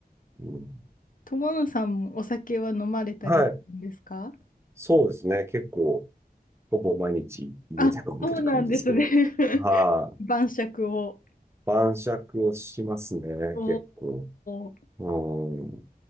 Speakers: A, on the right; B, on the left.
A: うん。
B: 友野さんもお酒は飲まれたりするんですか
A: はい。そうですね。結構、ほぼ毎日家で飲んでる感じですけど。
B: あ、そうなんですね。<laughs>
A: はい、
B: 晩酌を。
A: 晩酌をしますね。
B: お
A: 結構。
B: お。
A: うん。